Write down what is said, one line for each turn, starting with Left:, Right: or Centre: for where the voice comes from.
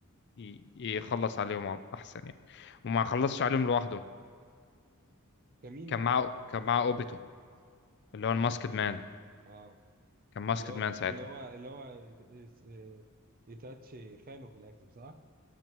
Left: ي- يخلص عليهم على- احسن يعني وما خلصش عليهم لوحده
Right: كمين
Left: كان
Right: معاه
Left: معاه
Right: بقى
Left: كان معاه اوبيتو اللي هو
Right: اه
Left: الماسكد مان
Right: اه
Left: كان ماسكد
Right: اللي هو
Left: مان
Right: تخ-
Left: ساعتها
Right: اللي هو اللي هو يت- يس- آه، يتاتش خانه في الاخر صح؟